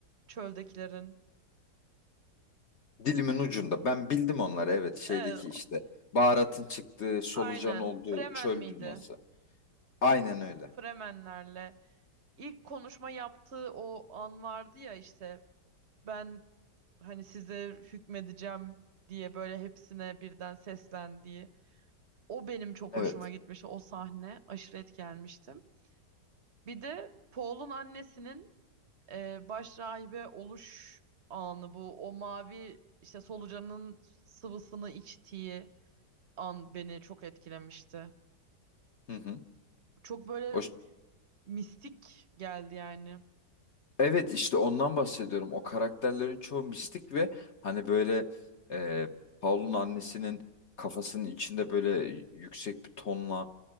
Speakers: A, on the right; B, on the left.
A: çöldekilerin.
B: Dilimin ucunda. Ben bildim onları evet şeydeki
A: Evet,
B: işte baharatın çıktığı, solucan
A: aynen.
B: olduğu
A: Fremen
B: çöl
A: miydi?
B: dünyası. Aynen öyle.
A: Fremenlerle ilk konuşma yaptığı o an vardı ya işte ben hani size hükmedeceğim diye böyle hepsine birden seslendiği o benim çok
B: Evet.
A: hoşuma gitmişti. O sahne aşırı etkilenmiştim. Bir de Paul'un annesinin e, baş rahibe oluş anı bu o mavi işte solucanın sıvısını içtiği an beni çok etkilemişti.
B: Hı hı.
A: Çok böyle
B: O, ş-
A: mistik geldi yani.
B: evet işte ondan bahsediyorum. O karakterlerin çoğu mistik ve hani böyle e, Paul'un annesinin kafasının içinde böyle yüksek bir tonla